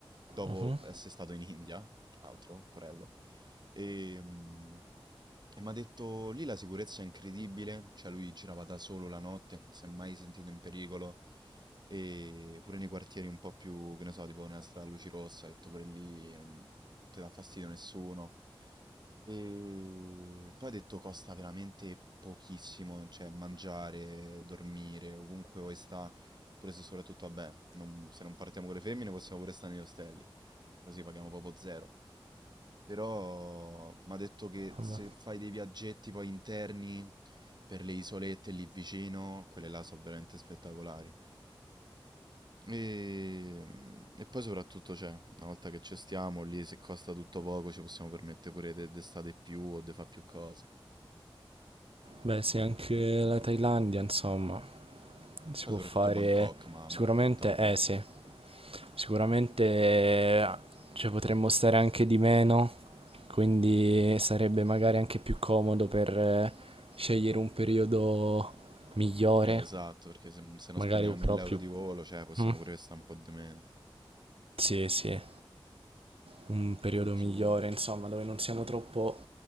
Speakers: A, on the right; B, on the right.
A: dopo
B: Mhm,
A: essere stato in India, tra l'altro, porello, e, mm, e mi ha detto lì la sicurezza è incredibile, cioè lui girava da solo la notte, non si è mai sentito in pericolo, e pure nei quartieri un po' più, che ne so, tipo nella strada a luci rosse, ha detto pure lì non ti dà fastidio nessuno. E poi ho detto costa veramente pochissimo, cioè mangiare, dormire, ovunque vuoi sta, pure se soprattutto, vabbè, non- se non partiamo con le femmine possiamo pure stare negli ostelli, così paghiamo proprio zero. Però mi ha detto che
B: vabbè.
A: se fai dei viaggetti poi interni per le isolette lì vicino, quelle là sono veramente spettacolari. E, e poi soprattutto c'è, una volta che ci stiamo lì, se costa tutto poco, ci possiamo permettere pure de- d'estate più o di fare più cose.
B: Beh, sì, anche la Thailandia, insomma, si
A: Poi
B: può
A: soprattutto
B: fare
A: Bangkok, ma
B: sicuramente,
A: mi ha raccontato
B: eh
A: lui.
B: sì, sicuramente eh, cioè, potremmo stare anche di meno, quindi sarebbe magari anche più comodo per eh, scegliere un periodo migliore,
A: Eh, esatto, perché se, se non
B: magari
A: spendiamo
B: proprio...
A: 1000 euro di volo, cioè possiamo
B: Mm,
A: pure stare un po' di meno.
B: Sì, sì, un periodo
A: Quello
B: migliore,
A: sicuro.
B: insomma, dove non siamo troppo